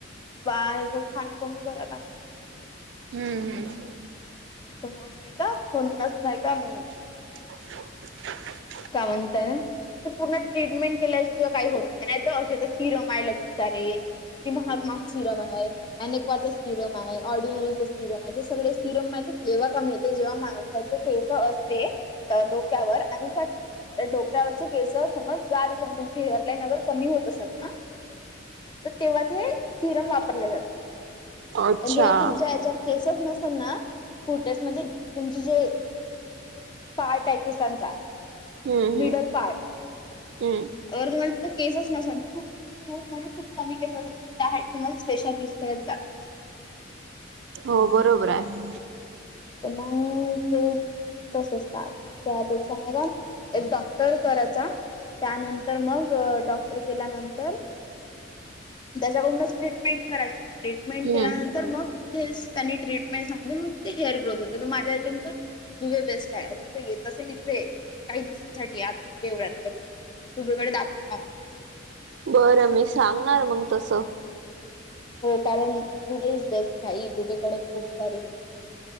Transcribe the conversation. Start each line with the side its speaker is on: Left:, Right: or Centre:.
Left: बाहेरच खाणं कमी करायला लागते
Right: हम्म हम्म
Left: त मग नाही का म्हन्नच नाही का मी
Right: <unintelligible>
Left: काय म्हणत. ते पूर्ण ट्रीटमेंट केल्याशिवाय काही होत नाही नाहीत असे तर सिरमायला विचारे महाग माग सिरम आहे. अनेकवाचा सिरम आहे ऑर्डिनरीचा सिरम आहे ते सगळे सिरम माहि जेव्हा कमी येत जेव्हा माणसाचे केस असते डोक्यावर आणि त्या त्या डोक्यावरचे प्रेस समज जात असेल तुमची हेअरलाईन अगर कमी होत असेल ना तर तेव्हा ते हे सिरम वापरले जाते.
Right: अच्छा
Left: जेव्हा
Right: हम्म
Left: तुमच्या याच्यावर केसच नसेल ना कुठेच म्हणजे तुमची जे पार्ट आहे केिसांचा
Right: हम्म हम्म
Left: मिडल पार्ट
Right: हम्म
Left: अर तुम्हाला तिथ केसच नसाल खूप खूप म्हणजे खूप कमी केस अस त्यासाठी तुमला स्ेशल युज करत जाला
Right: हो बरोबर आहे.
Left: म हे तसेच राहत त्यापेक्षा नाही का एक डॉक्टर करायचा. त्यानंतर मग डॉक्टर केल्यानंतर त्याच्याकडूनच ट्रीटमें कराची ट्रीटमेंट
Right: हम्म
Left: केल्यानंतर मग ते त्यांनी ट्रीटमेंट सांग मग ते हेअर ग्रोथ होते त माझ्या याच्यांतर दुवे बेस्ट आहे अगर तो येत असेल इकडे काही दिवसांसाठी आताे एवढ्यात तरी तुमकडे दाखवून
Right: बरं मी सांगणार मग तसं.
Left: हो कारण दुबे इज बेस्ट भाई दुबेकडे खूप सारे हे होते.